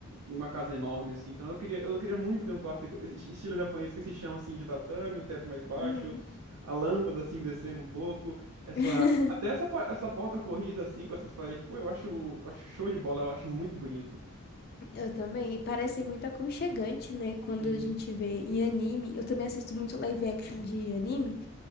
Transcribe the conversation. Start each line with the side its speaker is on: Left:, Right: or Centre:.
Right: uma casa enorme assim, então eu queria, eu queria muito ter um quarto igual- es- estilo japonês com esse chão assim de tatame, o teto mais baixo,
Left: Uhum.
Right: a lâmpada assim descendo um pouco, essa
Left: <laughs>
Right: até essa, pa- essa porta corrida assim com essas paredes, pô, eu acho, eu acho show de bola, eu acho muito bonito.
Left: Eu também. E Parece muito aconchegante, né? Quando
Right: Sim.
Left: a gente vê em anime. Eu também assisto muito live action de anime.